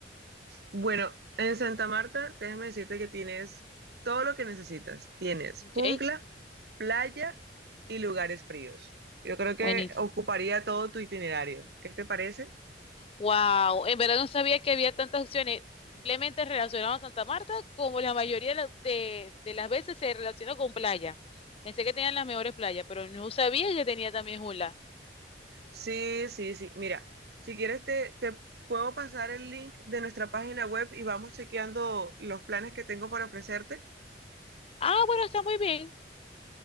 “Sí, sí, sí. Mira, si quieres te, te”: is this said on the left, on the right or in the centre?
Right